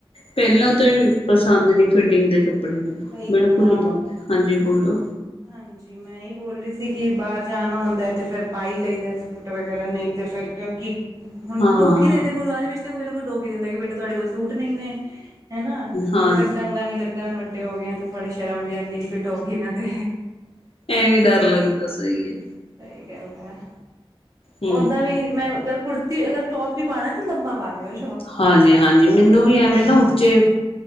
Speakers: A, on the left; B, on the right.
A: ਪਹਿਲਾਂ ਤੋਂ ਹੀ ਪਸੰਦ ਨੀ ਫਿਟਿੰਗ ਦੇ ਕੱਪੜੇ ਮੈਨੂੰ
B: ਸਹੀ
A: ਬਿਲਕੁਲ
B: ਗੱਲ ਆ
A: ਨੀ ਪਾਂਦੀ ਹਾਂਜੀ ਬੋਲੋ।
B: ਹਾਂਜੀ ਮੈਂ ਹੀ ਬੋਲ ਰਹੀ ਸੀ ਕਿ ਬਾਹਰ ਜਾਣਾ ਹੁੰਦਾ ਤੇ ਫੇਰ ਪਾਈ ਲਈਦ ਸੂਟ ਵਗੈਰਾ ਨਹੀਂ ਤੇ ਫਿਰ ਕਿਉਂਕਿ ਹੁਣ
A: ਹਾਂ
B: ਟੋਕ
A: ਹਾਂ
B: ਹੀ <unintelligible> ਗੁਰਦੁਆਰੇ ਵਿੱਚ <unintelligible> ਤੇ ਕੋਈ ਨਾ ਕੋਈ ਟੋਕ ਹੀ ਦੇਂਦਾ ਕਿ ਬੇਟਾ ਤੁਹਾਡੇ ਕੋਲ ਸੂਟ ਨਹੀਂ ਨੇ ਹੈਨਾ
A: ਹਾਂਜੀ
B: ਤੇ ਫੇਰ ਚੰਗਾ ਨੀ ਲੱਗਦਾ ਹੁਣ ਵੱਡ ਵੱਡੇ ਹੋ ਗਏ ਆ ਤੇ ਥੋੜੇ ਸ਼ਰਮ ਵੀ ਆਂਦੀ ਕਿ ਕੋਈ ਟੋਕ ਈ ਨਾ ਦੇ
A: ਵੀ ਡਰ ਲੱਗਦਾ ਸਹੀ ਹੈ।
B: ਸਹੀ ਗੱਲ ਹੈ।
A: ਹਮ
B: ਓਦਾਂ ਵੀ ਮੈਂ ਅਗਰ ਕੁੜ ਤੇ ਅਗਰ ਟੋਪ ਵੀ ਪਾਣਾ ਤੇ ਲੰਬਾ ਪਾ ਕੇ ਜਾ
A: ਹਾਂਜੀ ਹਾਂਜੀ ਮੈਨੂੰ ਵੀ ਐਵੇਂ ਨਾ ਉੱਚੇ